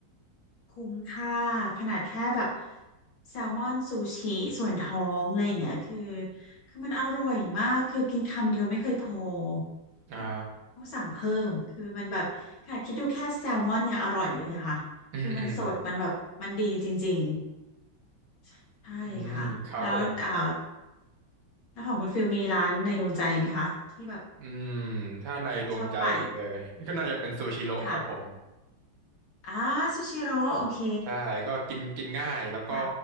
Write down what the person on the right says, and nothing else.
อ่า
อืมอืม
อืมครับผม
อืมถ้าในดวงใจผมเลยก็น่าจะเป็นซูชิโร่ครับผม
ใช่ก็กินกินง่ายแล้วก็